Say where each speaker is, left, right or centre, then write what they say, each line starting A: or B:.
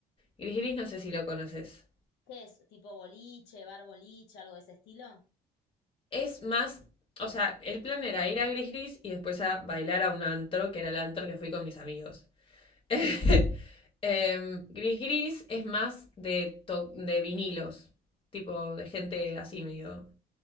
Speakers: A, on the left; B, on the left.
A: Gris Gris, no sé si lo conoces.
B: ¿Qué es? ¿Tipo boliche, bar boliche, algo de ese estilo?
A: es más, o sea, el plan era ir a Gris Gris y después a bailar a un antro, que era el antro que fui con mis amigos. <laughs> Em, Gris Gris es más de, to- de vinilos, tipo de gente así medio